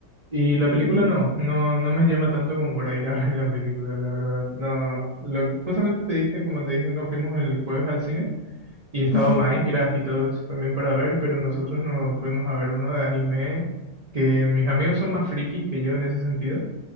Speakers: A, on the right; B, on the left.
A: Y la película
B: Ujú,
A: no, no, no me llama tanto como para ir a ver la película, la verdad. No, lo, justamente te dije, como te dije, nos fuimos el jueves al cine y estaba
B: <laughs> ujú,
A: Minecraft y todo eso también para ver, pero nosotros nos fuimos a ver uno de anime que mis amigos son más frikis que yo en ese sentido.